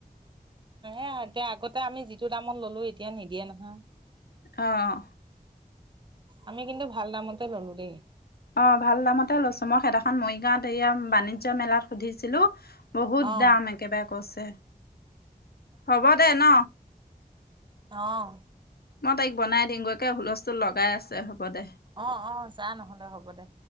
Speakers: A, on the right; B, on the left.
A: এ এতিয়া আগতে আমি যিটো দামত ললো এতিয়া নিদিয়ে নহয়।
B: অহ।
A: আমি কিন্তু ভাল দামতে ল'লো দেই।
B: অ ভাল দামতে লৈছো মই সেদিাখন মৰিগাঁৱত এয়া বাণিজ্য় মেলাত সুধিছিলো। বহুত
A: অ
B: দাম একেবাৰে কছে। হ'ব দে ন।
A: অহ।
B: মই তাইক বনাই দিম গৈ। ত হুলস্থুল লগাই আছে হ'ব দে।
A: অ অ যা নহ'লে হ'ব দে।